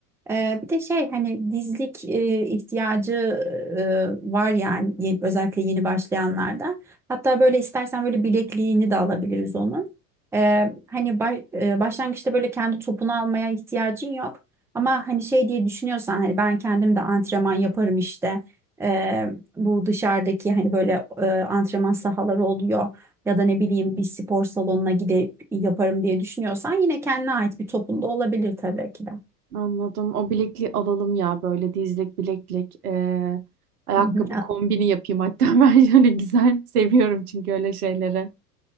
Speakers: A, in the centre; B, on the right.
A: Ee, bir de şey hani dizlik e, ihtiyacı e, var yani ye- özellikle yeni başlayanlarda. Hatta böyle istersen böyle bilekliğini de alabiliriz onun. Ee, hani ba- e, başlangıçta böyle kendi topunu almaya ihtiyacın yok. Ama hani şey diye düşünüyorsan hani ben kendim de antrenman yaparım işte. Ee, bu dışarıdaki hani böyle e, antrenman sahaları oluyor. Ya da ne bileyim bir spor salonuna gidip yaparım diye düşünüyorsan yine kendine ait bir topun da olabilir tabii ki de.
B: Anladım. O bilekliği alalım ya böyle dizlik bileklik. Ee, ayakkabı
A: Hı hı,
B: kombini yapayım hatta <laughs> ben şöyle güzel seviyorum çünkü öyle şeyleri.